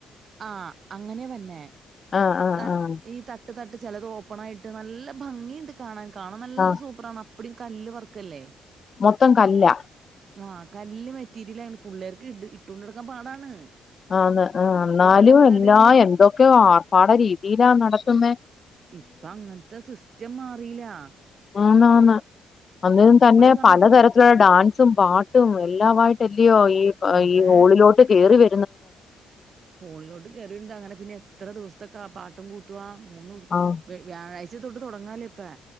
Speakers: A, on the right; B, on the left.
A: ആ അങ്ങനെ വന്നെ
B: ആഹ് ആഹ്
A: ത
B: ആഹ്
A: ഈ തട്ട് തട്ട് ചിലത് ഓപ്പൺ ആയിട്ട് നല്ല ഭംഗിയുണ്ട് കാണാൻ കാണാൻ നല്ല
B: ആഹ്
A: സൂപ്പറാണ് <unintelligible> കല്ല് വർക്കല്ലേ
B: മൊത്തം കല്ലാ
A: ആഹ് കല്ല് മെറ്റീരിയലാണ് പുള്ളേർക്ക് ഇ ഇട്ടോണ്ട് നടക്കാൻ പാടാണ്
B: ആന്ന് ആ ന്നാലും
A: ഇടണ പിള്ളേരേം
B: എല്ലാ
A: കൊണ്ട്
B: എന്തൊക്കെ ആർപ്പാട രീതിയിലാ നട <unintelligible>
A: ഇപ്പ അങ്ങനത്തെ സിസ്റ്റം മാറിലാ
B: ആന്ന് ആന്ന് അങ്ങനും തന്നെ
A: സമയത്ത്
B: പലതരത്തിലുള്ള
A: ന്ന്
B: ഡാൻസും പാ <unintelligible> ഈ
A: അതെ
B: ഈ ഹോളിലോട്ട് കേറി വ
A: ഹോളിലോട്ട് കേറീണ്ട് അങ്ങനെ പിന്നെ എത്ര ദൂസ്തെ ആ പാട്ടും കൂത്തുവ മൂനൂസം
B: ആഹ്
A: വ് വ്യായ് ച്ച തൊട്ട് തുടങ്ങാല ഇപ്പാ